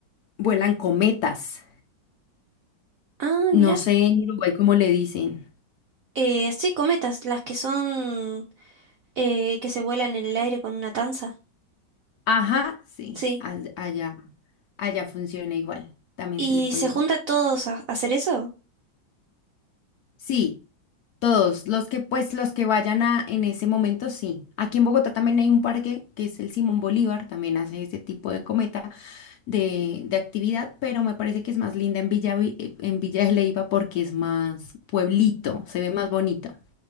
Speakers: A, on the left; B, on the right.
A: vuelan cometas.
B: Ah,
A: No
B: mira.
A: sé en Uruguay cómo le dicen.
B: Eh, sí, cometas, las que son eh, que se vuelan en el aire con una tanza.
A: Ajá, sí,
B: Sí.
A: a- allá, allá funciona igual. También
B: ¿Y
A: se le pone.
B: se junta todos a a hacer eso?
A: Sí, todos, los que pues los que vayan a en ese momento, sí. Aquí en Bogotá también hay un parque que es el Simón Bolívar, también hace ese tipo de cometa de, de actividad, pero me parece que es más linda en Villa, Vi- eh, en Villa de Leyva porque es más pueblito, se ve más bonito.